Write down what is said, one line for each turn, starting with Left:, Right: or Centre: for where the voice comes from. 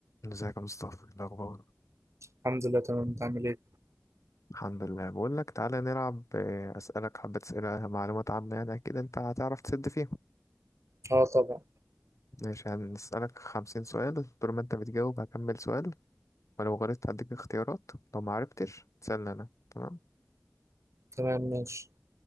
Left: ازيك يا مصطفى إيه الاخبار
Right: الحمد لله تمام انت عامل ايه؟
Left: الحمد لله بقول لك تعالى نلعب آه، اسالك حبه اسئله آه، معلومات عامه يعني اكيد انت هتعرف تسد فيهم
Right: اه طبعا
Left: ماشي هنسالك خمسين سؤال طول ما انت بتجاوب هكمل سؤال ولو غلطت هديك اختيارات لو ما عرفتش تسالني انا تمام
Right: تمام ماشي